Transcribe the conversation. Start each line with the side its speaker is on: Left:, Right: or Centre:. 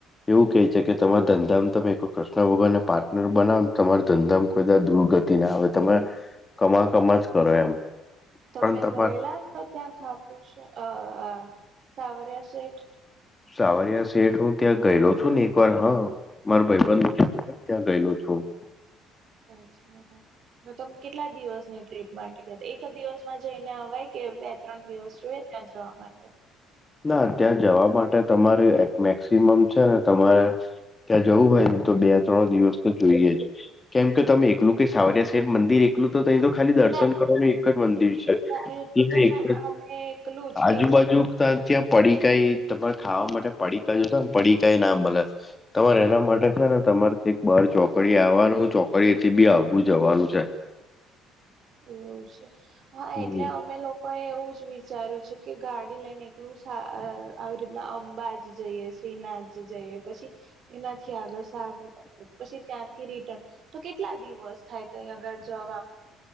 Left: એવું કહે છે. કે તમા ધંધામાં તમે કૃષ્ણ ભગવાનને પાર્ટનર બનાવોને તમારા ધંધા. બધા દુર્ગતિ ના આવે તમે કમા કમા જ કરો એમ
Right: તમે
Left: પણ તમાર
Right: ગયેલા તો ત્યાં ખાું છે અ સાવરિયા સેઠ
Left: સાવરિયા સેઠ હું ત્યાં ગયેલો છું ને એક વાર હ માર ભાઈબંધ. ત્યાં ગયેલું છું.
Right: અચ્છા તો તમે કેટલા દિવસની ટ્રીપ માટે ગયા તો એક દિવસમાં જઈને હવાય કે બે ત્રણ દિવસ જોઈએ ત્યાં જવા માટે
Left: ના ત્યાં જવા માટે તમારી એક મેક્સિમમ છે, ને તમારે ત્યાં જવું હોય ને તો બે ત્રણ દિવસ તો જોઈએ કેમ કે તમે એકલું કે સાવરિયા શહેર મંદિર એકલું જ તો ત તો ખાલી દર્શન
Right: ના
Left: કરવાનું એક જ મંદિર
Right: વિચાર્યું
Left: છે.
Right: હતું
Left: ત્યા
Right: તો
Left: એક
Right: મેં
Left: જ
Right: અમે એકલું જ
Left: આજુબાજુ
Right: કે
Left: ત્યાં પડીકાઈ તમારે ખાવા માટે પડીકાઈ જોતા ને પડીકાઈ ના મળે તમારે એના માટે છે ને તમારેથી બાર ચોકડી આવવાનું ચોકડીથી બી આઘું જવાનું છે.
Right: એવું છે હા
Left: હમ
Right: એટલે અમે લોકો કોઈ એવું જ વિચાર્યું છે કે ગાડી લઈને એકલું આવી રીતના અંબાજી જઈએ. શ્રીનાથજી જઈ પછી. એનાથી આગળ સારર પછી ત્યાંથી રિટર્ન તો કેટલા દિવસ થાય તો અહીયા આગળ જવા